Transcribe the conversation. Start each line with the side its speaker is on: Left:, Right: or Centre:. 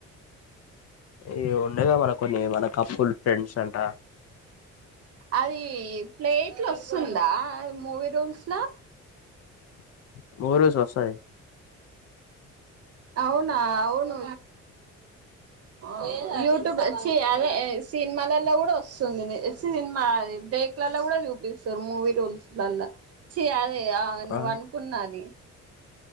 Left: ఇ ఉండేగా మన కొన్ని మన కపుల్ ఫ్రెండ్స్ అంట
Right: అది ప్లేట్లు వస్తుందా మూవీ రూల్స్ ల
Left: <inaudible> మూవీ రూల్స్ లో వస్తది
Right: అవునా అవును ఆ యూట్యూబ్ చి అదే సినిమాలలో గుడ వస్తుంది సినిమా ఆది <inaudible> <unintelligible> లో కూడా చూపిస్తారు మూవీ రూల్స్ లల్లా చి అదే నువ్
Left: ఆ
Right: అనుకున్నది